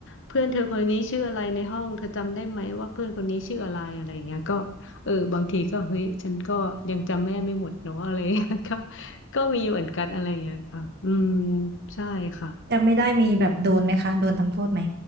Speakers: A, on the left; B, on the right.
A: เพื่อนเธอคนนี้ชื่ออะไรในห้องเธอจำได้ไหมว่าเพื่อนคนนี้ชื่ออะไรอะไรเงี้ยก็เออบางทีก็เฮ้ยฉันก็ยังจำไม่ได้ไม่หมดเนาะอะไรเงี้ยก็ก็มีเหมือนกันอะไรเงี้ยค่ะอืมใช่ค่ะ
B: จำไม่ได้มีแบบโดนไหมคะโดนทำโทษไหม